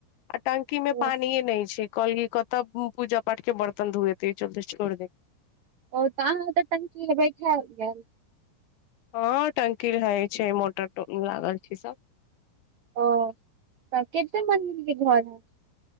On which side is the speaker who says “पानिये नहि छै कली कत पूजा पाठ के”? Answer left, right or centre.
Left